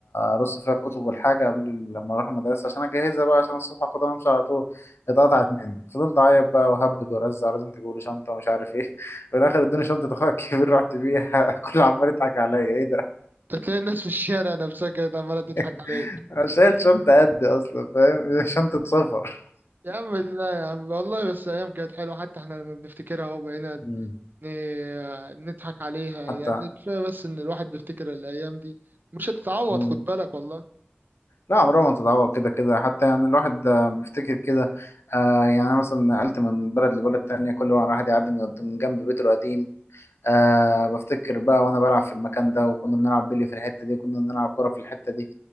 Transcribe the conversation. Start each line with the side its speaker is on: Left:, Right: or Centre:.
Left: ارص فيها الكتب والحاجه قبل لما اروح المدرسه عشان اجهزها بقى عشان الصبح اخدها وامشي على طول اتقطعت مني فضلت اعيط بقى وهبد وارزع ولازم تجيبوا لي شنطه ومش عارف ايه <laughs> في الاخر ادوني شنطه اخويا الكبير رحت بيها <laughs> كله عمال يضحك عليا ايه ده
Right: أنت تلاقي الناس في الشارع نفسها كانت عمالة تضحك
Left: <laughs>
Right: عليك
Left: انا شايل شنطه قد اصلا فاهم <laughs> شنطه سفر
Right: يا عم لا يا عم والله بس أيام كانت حلوة حتى إحنا لما بنفتكرها أهو بقينا
Left: مم.
Right: ن- نضحك عليها
Left: حتى
Right: يعني كفاية بس إن الواحد بيفتكر الأيام دي مش هتتعوض
Left: مم.
Right: خد بالك والله
Left: لا عمرها ما تتعوض كده كده حتى يعني الواحد آه، بيفتكر كده آه يعني أنا مثلا نقلت من بلد لبلد تانية كل واحد يعدي من من جنب بيته القديم أه بفتكر بقى وانا بلعب في المكان ده وكنا بنلعب بلي في الحته دي كنا بنلعب كره في الحته دي